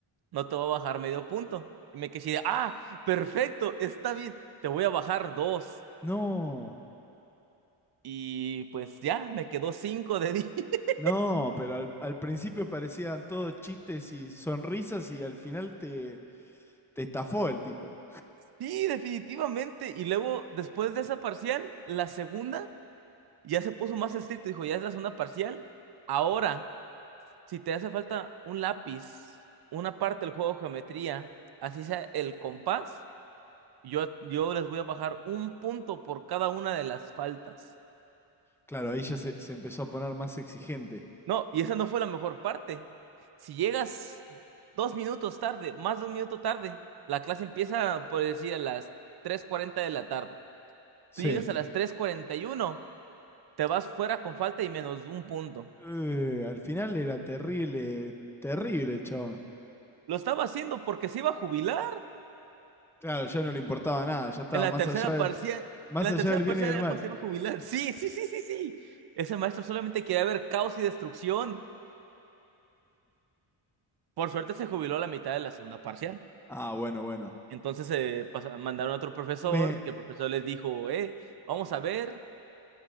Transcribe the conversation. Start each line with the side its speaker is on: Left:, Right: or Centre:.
Right: no te voy a bajar medio punto. Y me quedé, de, ah, perfecto, está bien, te voy a bajar dos.
Centre: no.
Right: Y pues ya, me quedó cinco de 10. <laughs>
Centre: No, pero al, al principio parecían todos chistes y sonrisas y al final te, te estafó el tipo.
Right: Sí, definitivamente. Y luego, después de esa parcial, la segunda ya se puso más estricto. Dijo, ya es la segunda parcial. Ahora, si te hace falta un lápiz, una parte del juego de geometría, así sea el compás, yo, yo les voy a bajar un punto por cada una de las faltas.
Centre: Claro, ahí ya se, se empezó a poner más exigente.
Right: No, y esa no fue la mejor parte. Si llegas dos minutos tarde, más de un minuto tarde, la clase empieza, por decir, a las tres cuarenta de la tarde.
Centre: Sí.
Right: Tú llegas a las tres cuarenta y uno, te vas fuera con falta y menos un punto.
Centre: Eh, al final era terrible, terrible el chabón.
Right: Lo estaba haciendo porque se iba a jubilar
Centre: Claro, ya no le importaba nada, ya estaba
Right: en la
Centre: más
Right: tercera
Centre: allá del,
Right: parcial.
Centre: más
Right: En la
Centre: allá
Right: tercera
Centre: del bien
Right: parcial
Centre: y del
Right: era
Centre: mal.
Right: cuando se iba a jubilar. Sí, sí, sí, sí, sí. Ese maestro solamente quería ver caos y destrucción. Por suerte se jubiló a la mitad de la segunda parcial.
Centre: Ah, bueno, bueno.
Right: Entonces eh, pasa- mandaron a otro profesor,
Centre: Me,
Right: que el profesor les dijo, eh, vamos a ver